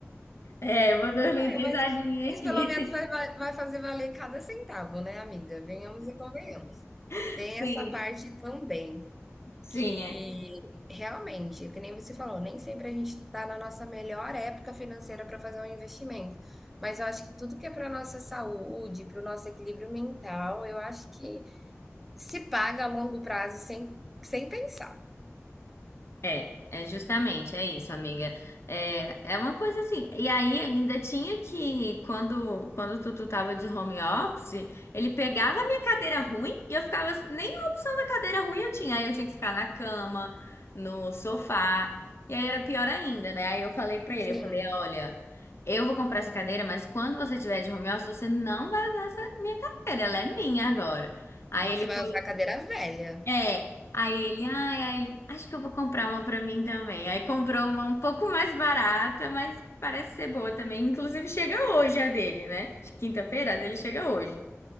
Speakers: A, on the left; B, in the centre.
A: É, eu vou dormir
B: É,
A: deitadinha
B: mas, mas
A: aqui.
B: pelo menos vai, vai- vai fazer valer cada centavo, né, amiga? Venhamos e convenhamos.
A: <laughs>
B: Tem
A: Sim,
B: essa parte também
A: sim,
B: que
A: é,
B: realmente, que nem você falou, nem sempre a gente está na nossa melhor época financeira para fazer um investimento. Mas eu acho que tudo que é para nossa saúde, para o nosso equilíbrio mental, eu acho que se paga a longo prazo sem, sem pensar.
A: É, é justamente, é isso, amiga. É, é uma coisa assim. E aí ainda tinha que, quando, quando o Tutu tava de home office, ele pegava a minha cadeira ruim e eu ficava assim, nem a opção da cadeira ruim eu tinha. Aí eu tinha que ficar na cama, no sofá. E aí era pior ainda, né? Aí eu falei pra
B: Sim,
A: ele, eu falei, olha, eu vou comprar essa cadeira, mas quando você tiver de home office, você não vai usar essa minha cadeira, ela é minha agora. Aí
B: você
A: ele foi
B: vai usar a cadeira velha.
A: é, aí ele, ai, aí ele, acho que eu vou comprar uma pra mim também. Aí comprou uma um pouco mais barata, mas parece ser boa também. Inclusive chega hoje a dele, né? Quinta-feira a dele chega hoje.